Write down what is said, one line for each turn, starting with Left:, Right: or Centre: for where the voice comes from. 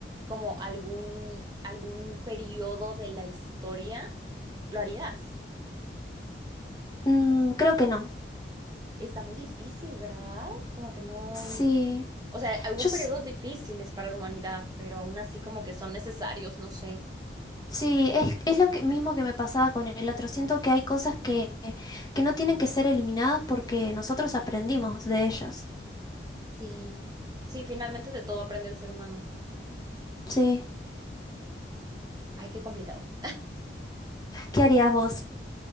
Right: como algún, algún periodo de la historia, lo harías.
Left: Mm, creo que no.
Right: Está muy difícil, ¿verdad? Como que no.
Left: Sí,
Right: O sea, hubo
Left: yo
Right: periodos
Left: s-
Right: difíciles para la humanidad, pero aún así como que son necesarios, no sé.
Left: sí, es, es lo que, mismo que me pasaba con el otro. Siento que hay cosas que, que no tienen que ser eliminadas porque nosotros aprendimos de ellas.
Right: Sí, sí, finalmente de todo aprende el ser humano.
Left: Sí.
Right: Ay, qué complicado.
Left: ¿Qué harías vos?